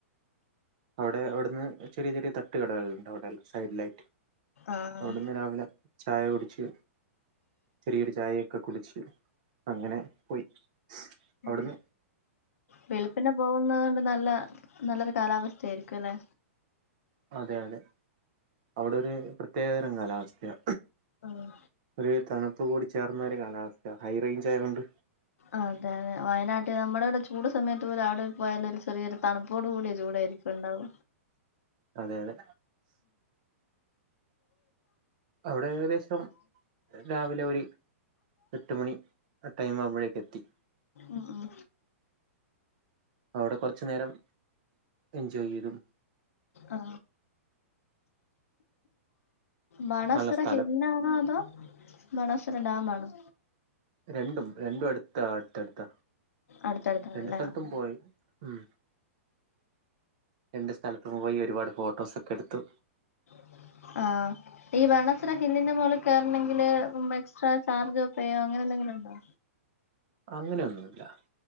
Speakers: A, on the right (about 35°); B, on the left (about 75°).
A: അവിടെ അവിട്ന്ന് ചെറിയ ചെറിയ തട്ട്കടകൾണ്ട് അവിടെ സൈഡ് ലായിട്ട്.
B: ആഹ്
A: അവിട്ന്ന് രാവിലെ ചായ കുടിച്ച്. ചെറിയൊരു ചായയൊക്കെ കുടിച്ച് അങ്ങനെ പോയി. അവിടുന്ന്
B: മ് വെളുപ്പ്നെ പോകുന്നത് കൊണ്ട് നല്ല നല്ലൊരു കാലാവസ്ഥയായിരിക്കും ല്ലേ.
A: അതെ അതെ അവിടെരു പ്രത്യേകതരം കാലാവസ്ഥയാ.
B: ആഹ്
A: ഒരു തണുപ്പ് കൂടി ചേർന്നൊരു കാലാവസ്ഥ ഹൈ റേഞ്ച് ആയതൊണ്ട്
B: അതെ അതെ വയനാട്ട് നമ്മുടെ ഇവിടെ ചൂട് സമയത്ത് പോലെ അവിടെ പോയാല് ഒരു ചെറിയൊരു തണുപ്പോട് കൂടിയ ചൂടാ രിക്കുണ്ടാവ
A: അതെ അതെ അവിടെ ഏകദേശം രാവിലെ ഒർ എട്ട് മണി ടൈം ആവുമ്പോഴേ എത്തി
B: ഉം ഉം
A: അവിടെ കുറച് നേരം എൻജോയ് ചെയ്തു
B: ആ മണസൊറ
A: നല്ല സ്ഥലം
B: ഹെല്ലാണോ അതോ മണസൊറ ഡാമാണോ?
A: രണ്ടും രണ്ടും അടുത്താ അടുത്തടുത്താ
B: അടുത്തടുത്താണല്ലേ
A: രണ്ടു സ്ഥൽത്തും
B: ആഹ്
A: പോയി. മ് രണ്ട് സ്ഥലത്തും പോയി ഒരുപാട് ഫോട്ടോസൊക്കെ എടുത്തു.
B: <inaudible> ആ ഈ വേണെസുര ഹില്ലിന്റെ മോള് കേറണെങ്കില് എക്സ്ട്രാ ചാർജോ പേയോ അങ്ങനെ എന്തേങ്കിലുണ്ടോ?
A: അങ്ങനെയൊന്നുല്ല.